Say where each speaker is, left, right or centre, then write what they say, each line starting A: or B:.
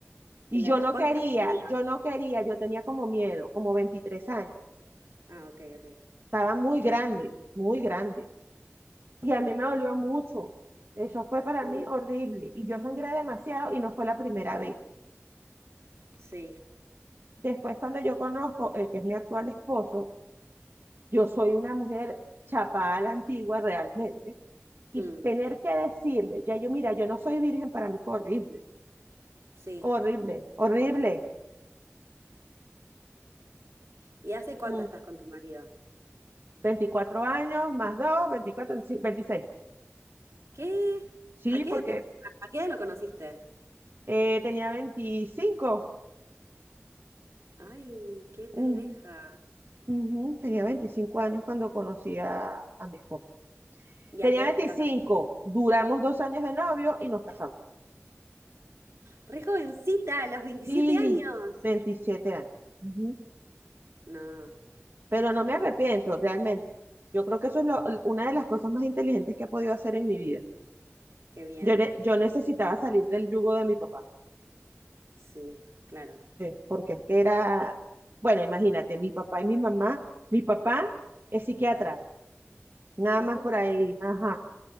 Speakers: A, on the right (about 80°); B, on the right (about 55°).
A: claro.
B: Y yo no
A: ¿Cuántos
B: quería,
A: años tenía?
B: yo no quería, yo tenía como miedo, como 23 años.
A: Ah, ok, ok.
B: Estaba muy grande, muy grande. Y a mí me dolió mucho. Eso fue para
A: Mm,
B: mí horrible. Y yo sangré demasiado y no fue la primera vez.
A: Sí,
B: Después, cuando yo conozco el que es mi actual esposo, Yo soy una mujer chapada a la antigua realmente. Y
A: mm,
B: tener que decirle, ya yo, mira, yo no soy virgen, para mí fue horrible,
A: sí.
B: horrible, horrible.
A: ¿Y hace cuánto
B: Mm,
A: estás con tu marido?
B: 24 años, más 2 24 sí, 26.
A: ¿Qué?
B: Sí,
A: ¿A qué
B: porque
A: edad te- a a qué edad lo conociste?
B: eh, tenía veinticinco
A: Ay, qué pendeja.
B: ujú, ujú, tenía 25 años cuando conocí a, a mi esposo.
A: ¿Y
B: Tenía
A: a qué edad
B: veinticinco
A: te casaste?
B: duramos dos años de novio y nos casamos.
A: Re jovencita, a los 27
B: Y
A: años.
B: 27 años. Ujú.
A: No,
B: Pero no me arrepiento,
A: no.
B: realmente. Yo creo que eso es lo- una de las cosas más inteligentes que he podido hacer en mi vida.
A: Qué bien.
B: Yo, ne- yo necesitaba salir del yugo de mi papá,
A: Sí, claro.
B: eh, porque es que era, bueno, imagínate, mi papá y mi mamá, mi papá es psiquiatra, nada
A: Oh,
B: más por ahí, ajá.